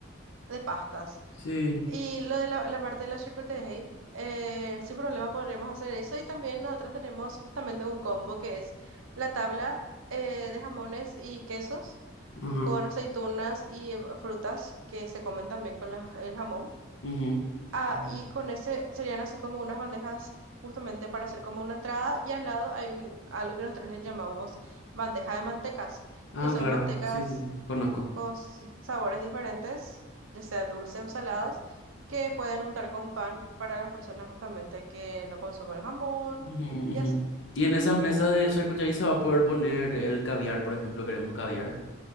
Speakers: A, on the right; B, on the left.
A: de pastas.
B: Sí.
A: Y lo de la, la parte de la charcutería, eh, sin problema podríamos hacer eso. Y también nosotros tenemos justamente un combo que es la tabla eh, de jamones y quesos
B: ajá,
A: con aceitunas y eh, frutas que se comen también con la- el jamón.
B: ujú,
A: Ah,
B: ujú.
A: y con ese serían así como unas bandejas justamente para hacer como una entrada. Y al lado hay un, algo que nosotros le llamamos bandeja de mantecas,
B: Ah,
A: que son
B: claro,
A: mantecas
B: sí, sí, sí. Conozco.
A: con s- sabores diferentes, ya sea dulces o saladas, que pueden untar con pan para las personas justamente que no consumen jamón
B: Ujú,
A: y
B: ujú.
A: así.
B: Y en esas mesas de charcutería se va a poder poner el caviar, por ejemplo, queremos caviar.